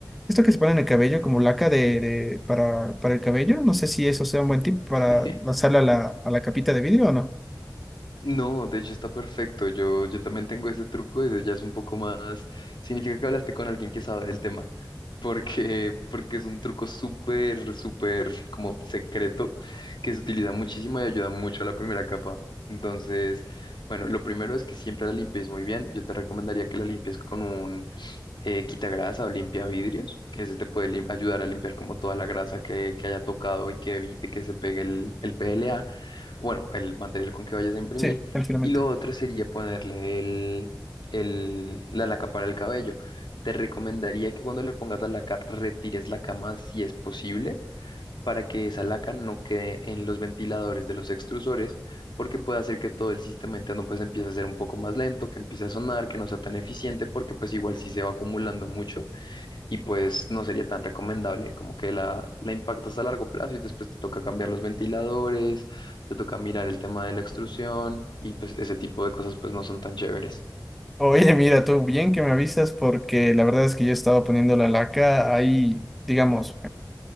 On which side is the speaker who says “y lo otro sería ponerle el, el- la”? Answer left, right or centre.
Left